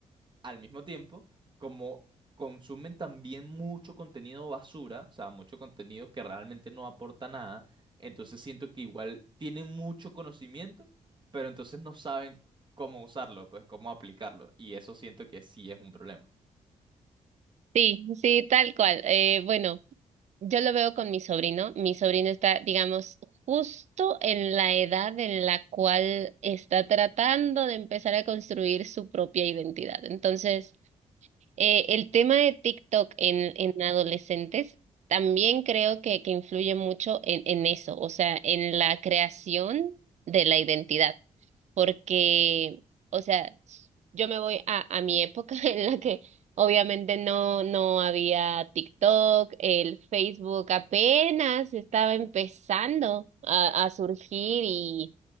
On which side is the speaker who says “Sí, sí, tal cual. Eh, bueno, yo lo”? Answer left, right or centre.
Right